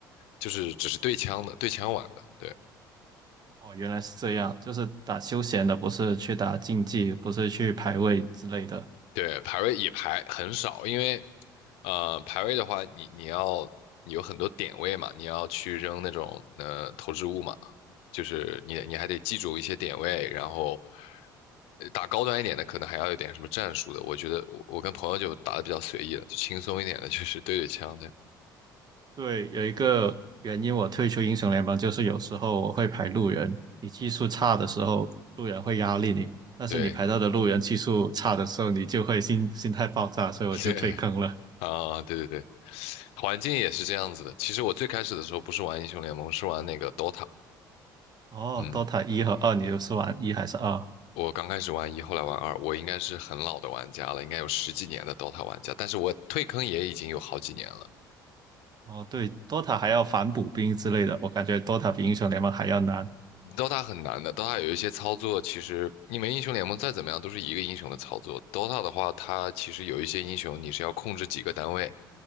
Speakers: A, on the left; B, on the right.
A: 就是只是对枪的，对枪玩的，对。
B: 哦，原来是这样，就是打休闲的，不是去打竞技，不是去排位之类的。
A: 对，排位也排很少，因为呃，排位的话，你你要你有很多点位嘛，你要去扔那种呃投掷物嘛，就是你你还得记住一些点位，然后呃打高端一点的，可能还要有点什么战术的。我觉得我我跟朋友就打的比较随意了，就轻松一点的，就是对对枪这样。
B: 对，有一个原因我退出英雄联盟，就是有时候我会排路人，你技术差的时候，路人会压力你，但是你排到的路人技术差的时候，
A: 对
B: 你就会心心态爆炸，所以我就退坑了。
A: <laughs> 对啊，对对对，环境也是这样子的。其实我最开始的时候不是玩英雄联盟，是玩那个 DOTA。
B: 哦，Dota
A: 嗯，
B: 一和二，你又是玩一还是二？
A: 我刚开始玩一，后来玩二，我应该是很老的玩家了，应该有十几年的 Dota 玩家，但是我退坑也已经有好几年了。
B: 哦，对，Dota 还要反补兵之类的，我感觉 Dota 比英雄联盟还要难。
A: DOTA 很难的，DOTA 有一些操作，其实你们英雄联盟再怎么样都是一个英雄的操作。DOTA 的话，它其实有一些英雄你是要控制几个单位，